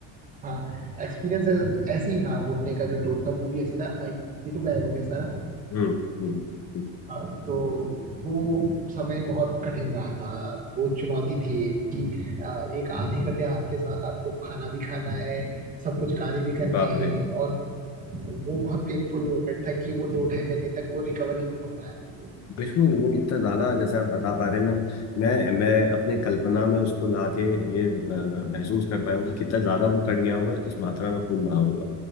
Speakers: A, on the right (about 20°); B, on the left (about 45°).
A: हाँ एक्सपीरियंस ऐसे ही था बोलने का जो टोन था वो भी ऐसे था आई, ये तो गायब हो गया सारा
B: हम्म हम्म हम्म,
A: अ, तो वो समय बहुत कठिन रहा था वो चुनौती थी एक कि अ, एक आधे कटे हाथ के साथ आपको खाना भी खाना है सब कुछ कार्य भी करने
B: बाप
A: हैं
B: रे
A: और वो बहुत पेनफुल मोमेंट था कि वो दो ढाई महीने तक वो रिकवरी नहीं हो पाया
B: बिल्कुल वो इतना ज़्यादा जैसे आप बता पा रहे हैं, मैं मैं मैं अपने कल्पना में उसको लाके ये अ, महसूस कर पाया हूँ कि कितना ज़्यादा वो कट गया होगा और किस मात्रा में खून रहा होगा